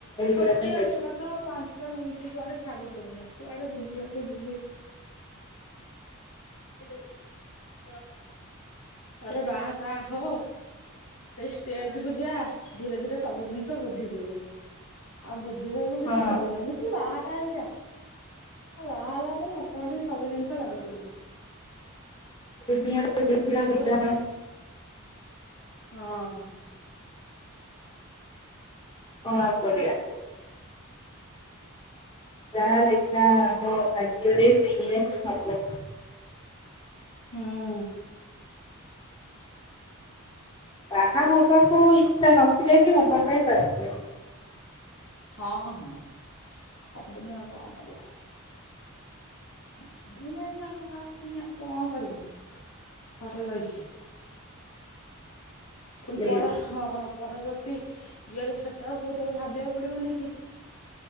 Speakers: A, on the left (about 80°); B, on the left (about 20°).
A: ଛୋଟିଆ
B: କରିବା ପାଇଁ ଯାଇଛନ୍ତି?
A: ଛୁଆ ତ ପାଞ୍ଚ ମିନିଟ କୁଆଡେ ଛାଡି ଦଉନି କୁଆଡେ ବୁଲିବାକୁ ଯିବି। <inaudible> ଆରେ ବାହା ସାହା ହୋ ସେଇ ଷ୍ଟେଜକୁ ଯା ଧୀରେ ଧୀରେ ସବୁ ଜିନିଷ ବୁଝିଯିବୁ। ଆଉ ବୁଝେଇବାକୁ କିଛି
B: ହଁ
A: ପଡିବନି ବୁଝିଲୁ ବାହାଟା ହେଇ କି ଯା। ବାହା ହେଲା ପରେ ଅଟୋମେଟିକ ସବୁ ଜିନିଷ ଭାବିଦବୁ।
B: ଦୁନିଆରେ ତ ବିଧି ର
A: କୋଉ
B: ବିଧାନ।
A: ହଁ।
B: କଣ
A: ସେଇପା।
B: ଆଉ କରିବା? ଯାହା ଲେଖା ମୋ ଭାଗ୍ୟରେ ସେଇଆ ହିଁ ହବ।
A: ହୁଁ।
B: ବାହା ହବାକୁ ଇଚ୍ଛା ନଥିଲେ ବି ହବା ପାଇଁ ବାଧ୍ୟ।
A: ହଁ ହଁ ହବୁନି ଆଉ କଣ କରିବୁ। ହବୁନି ଏଇନା କଣ ଆଉ ଏଇନା କଣ କରିବୁ ଘରେ ରହିକି।
B: <inaudible>
A: ପୁଣି
B: ସେଇଆ
A: ପର ହଁ ପରବର୍ତ୍ତୀ ଇଏରେ, ସେଟା କୁ ତତେ ଭାବିବାକୁ ପଡିବ ନାଇଁ କି।